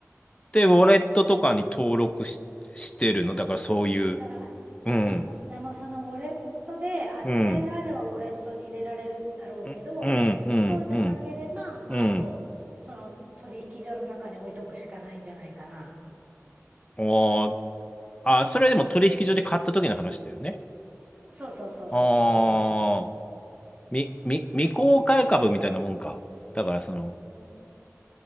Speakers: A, on the left; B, on the right.
A: てウォレットとかに登録し、してるのだからそういう。
B: だから
A: うん。
B: うんでもそのウォレットで扱いがあればウォレットに入れられるだろうけどそうじゃなければまあもうその取引所の中に置いとくしかないんじゃないかな
A: うん。うん。うん。うん。うん。うんおーあ、それでも取引所で買った時の話だよね。
B: そうそうそうそうそうそ
A: ああ。み、み、未公開株みたいなもんか。だからその、
B: ううー